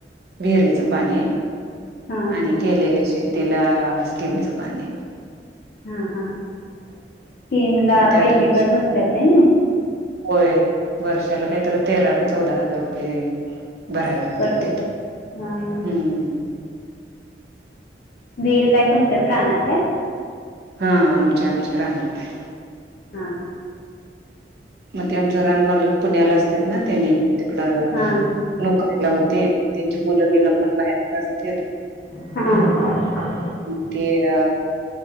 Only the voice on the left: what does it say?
हां
हा हा स्कीम ला
पैसे कट होत्यात हेने
कट होतात
हां हां
विहीर काय तुमच्याच रानात आहे
हा हा
हां
हा